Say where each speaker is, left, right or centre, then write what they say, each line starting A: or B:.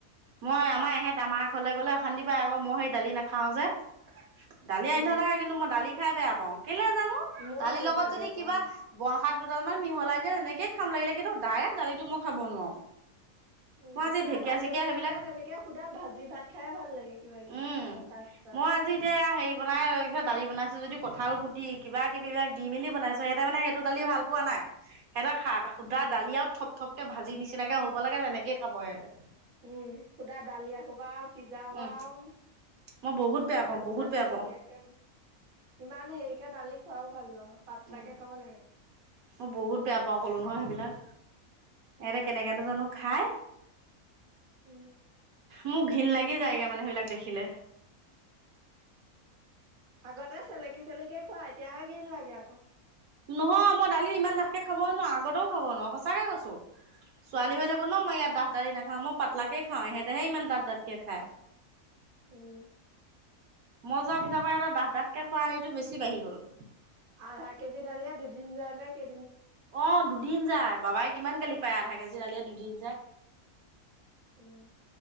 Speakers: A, on the right; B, on the right.
A: মই আমাৰ ইহেঁত আমাৰ ঘৰলৈ গ'লে অশান্তি পাই আকৌ মই সেই দালি নাখাও যে। দালি আনি
B: উম
A: থৈ থাকে কিন্তু মই দালি খাই বেয়া পাওঁ কেলৈ জানো
B: ময়ও
A: দালিৰ
B: দালি
A: লগত
B: খাই
A: যদি
B: বেয়া পাওঁ
A: কিবা বনশাক দুডাল মান মিহলাই যে এেনেকে খাম লাগিলে কিন্তু ডাইৰেক্ট দালিটো মই খাব নোৱাৰো।
B: উম
A: মই আজি
B: কিবা
A: ঢেকীয়া
B: পাচলি
A: চেকীয়া সেইবিলাক
B: থাকিলে তেনেকে সুধা ভাজি ভাত খাই ভাল লাগে কিবা কিবি
A: উম
B: আচাৰ চাচাৰ
A: মই
B: সৈতে।
A: আজি এতিয়া হেৰি বনাইৈছে দালি বনাইছো যদি ক কঠাল গুটি কিবা কিবাক দি মেলি বনাইছো সিহঁতে মানে সেইটো দালি ভাল পোৱা নাই। সিহঁতে সুধা
B: উম
A: দালিয় আৰুও থপথপকে ভাজি নিচিনাকে হ'ব লাগে তেনেকে খাব সিহঁতে।
B: উম সুধা দালি একখোবা আৰু সিজাবা
A: উম
B: আৰু
A: মই বহুত বেয়া
B: পানী
A: পাওঁ বহুত
B: চানীও
A: বেয়া
B: নিদিয়াকে
A: পাওঁ
B: ইমান হেৰিকে দালি খোৱাও ভাল নহয়। পাতলাকে
A: উম
B: খাব লাগে
A: মই বহুত বেয়া পাও কলো নহয় সেইবিলাক
B: উম
A: এ কেনেক জানো খাই।
B: উম।
A: মোক ঘৃণ লাগি যায়গৈ মানে সেইবিলাক দেখিলে।
B: আগতে চেলেকি চেলেকি খোৱা এতিয়াহে ঘৃন লাগে আকৌ
A: নহয় মই দালি ইমান ডাথকৈ খাব নোৱাৰো আগতেও খাব নোৱাৰো সঁচাকৈ কৈছোঁ। ছোৱালী
B: উম
A: হৈ থাকোঁ ন মই ইয়াত দা দালি নাখাওঁ মই পাতলাকে খাওঁ সিহঁতেহে ইমান ডাঁত-ডাঁতকে খায়।
B: উম,
A: মই যোৱাৰ পিছৰ পৰা এটা ডাঠ-ডাঠকে খোৱা হেৰিটো বেছি বাঢ়ি গ'ল।
B: আধা কেজি দালিযে দুই দিন যায় নে কে
A: অ, দুদিন যায় বাবাই কিমান গালি পায় আধা কেজি দালিয়ে দুদিন যায়।
B: উম,